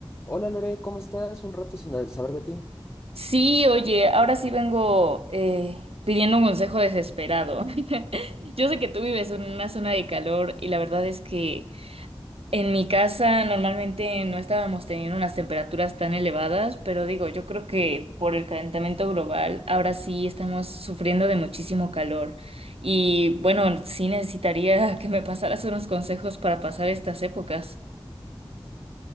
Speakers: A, on the left (about 25°); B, on the right (about 80°).
A: Hola Lore, ¿cómo estás? Un rato sin a- saber de ti.
B: Sí, oye, ahora sí vengo eh, pidiendo un consejo desesperado. <laughs> Yo sé que tú vives en una zona de calor y la verdad es que en mi casa normalmente no estábamos teniendo unas temperaturas tan elevadas, pero digo, yo creo que por el calentamiento global ahora sí estamos sufriendo de muchísimo calor. Y bueno, sí necesitaría <laughs> que me pasaras unos consejos para pasar estas épocas.